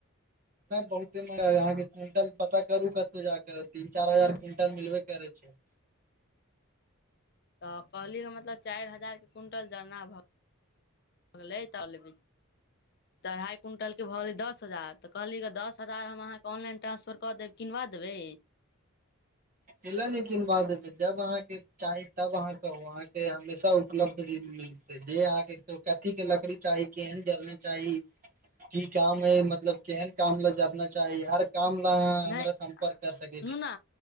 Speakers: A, on the right; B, on the left.
A: बहुते मा अहाँके क्विंटल पता करू कतहु जााके तीन चार हजार क्विंटल मिलबे करै छै
B: तऽ कहली ह मतलब चारि हजार के क्विंटल जरना भऽ गेल <unintelligible> तालब तऽ अढ़ाइ क्विण्टलके भऽ गेलै दस हजार तऽ कहली ह दस हजार हम अहाँके ऑनलाइनट्रासफरऽ देब किनबा देबै
A: कय ले नया किनबा देबैजब अहाँके चाही तब अहाँ कहू अहाँके हमेशा उपलब्धिल जे अहाँके कथी के लकड़ी चाही केहन जरने चाही की काम है मतलब केहन काम ल जारना चाही हर काम न हमरा
B: नहि
A: सम्पर्क कर
B: सुनू
A: सकै छी
B: ने